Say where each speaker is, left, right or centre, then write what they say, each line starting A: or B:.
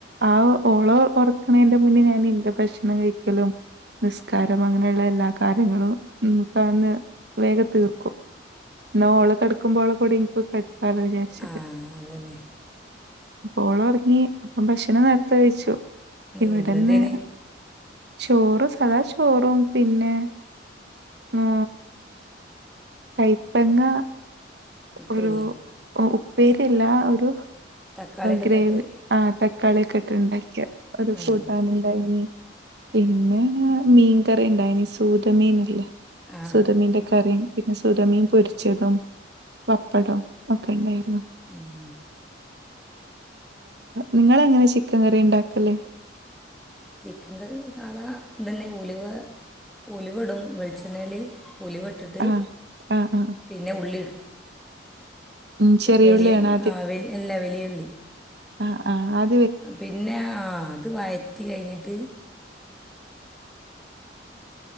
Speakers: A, on the right; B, in the centre.
A: ആ ഓള ഒറക്കണേന്റെ മുന്നേ ഞാൻ ഇന്റെ ഭക്ഷണം കഴിക്കലും നിസ്കാരം അങ്ങനെയുള്ള എല്ലാ കാര്യങ്ങളും നമുക്കന്ന് വേഗ തീർക്കും. എന്ന ഓള് കടക്കുമ്പോളെ കൂടി ഇനിക്ക് കടുക്കാലോ വിചാരിച്ചിട്ട്.
B: ആ ആ അതന്നെ
A: ഓള് ഒറങ്ങി അപ്പൊ ഭക്ഷണം നേരത്തെ കഴിച്ചു
B: നീ
A: ഇവിടെന്ന്
B: ഇന്നെന്തേന്
A: ചോറ് സദാ ചോറും പിന്നെ ആ കയ്പ്പങ്ങ
B: ഉപ്പേരിയ
A: ഒരു ഉപ്പേരിയല്ല ഒരു
B: തക്കാളിയൊക്കെ
A: ഗ്രേവി
B: ഇട്ടിട്ട്
A: ആ തക്കാളിക്കെ ഇട്ട് ഇണ്ടാക്കിയ ഒരു
B: ആ
A: കൂട്ടാന് ഇണ്ടായിനി. പിന്നെ മീൻകറിണ്ടായിനി സൂര മീനില്ലേ?
B: ആ ആ
A: സുതമീന്റെ കറിം പിന്നെ സുതമീൻ പൊരിച്ചതും പപ്പടം ഒക്കെ ഇണ്ടായിരുന്നു.
B: ഉം.
A: നിങ്ങള് എങ്ങനെ ചിക്കൻ കറി ഇണ്ടാക്കല്?
B: ചിക്കൻ കറി സാധാ തന്നെ ഉലുവ ഉലുവ ഇടും വെളിച്ചെണ്ണേല് ഉലുവട്ടിട്ട്
A: ആഹ് ആഹ് ആഹ്
B: പിന്നെ ഉള്ളി ഇടും.
A: ഉം ചെറിയുള്ളിയാണോ
B: വലിയ ആ വല് അല്ല വലിയുള്ളി.
A: ആ ആ അ
B: പിന്നെ ആ അത് വഴറ്റി കഴിഞ്ഞിട്ട് <inaudible>